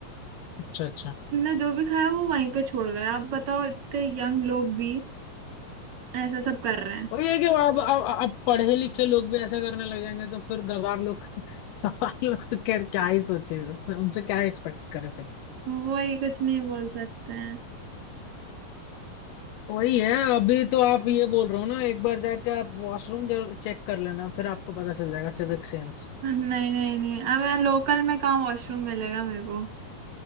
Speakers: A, on the left (about 80°); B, on the right (about 60°).
A: अच्छा अच्छा
B: उनने जो भी खाया वो वहीं पे छोड़ गए आप बताओ इतने यंग लोग भी ऐसा सब कर रहे हैं
A: वही है कि अब अब अब पढ़े लिखे लोग भी ऐसे करने लग जाएंगे तो फिर गवार लोग <laughs> गवार लोग तो खैर क्या ही सोचे उससे- उनसे क्या एक्सपेक्ट करें फिर
B: वही कुछ नहीं बोल सकते हैं
A: वही है अभी तो आप ये बोल रहे हो ना एक बार जाके आप वॉशरूम जरूर चेक कर लेना फिर आपको पता चल जाएगा सिविक सेंस
B: नहीं नहीं नहीं अब लोकल में कहाँ वॉशरूम मिलेगा मेरे को